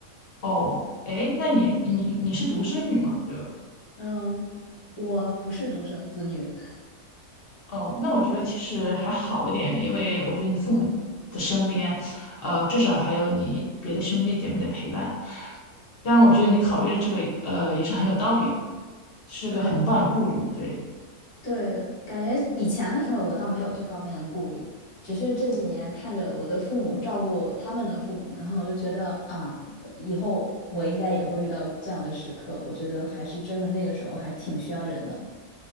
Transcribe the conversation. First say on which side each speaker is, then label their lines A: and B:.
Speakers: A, on the left (about 45°); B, on the left (about 90°).
A: 哦，诶，那你你你是独生女嘛，对吧？
B: 嗯，我不是独生子女。<laughs>
A: 哦，那我觉得其实还好一点，因为我觉得你父母的身边，呃，至少还有你别的兄弟姐妹的陪伴。当然，我觉得你考虑的这个，呃，也是很有道理的，是个很棒的顾虑。
B: 对，
A: 对，
B: 对，感觉以前的时候我倒没有这方面的顾虑，只是这几年看着我的父母照顾他们的父母，然后我就觉得啊，可以后我应该也会遇到这样的时刻。我觉得还是真的那个时候还挺需要人的。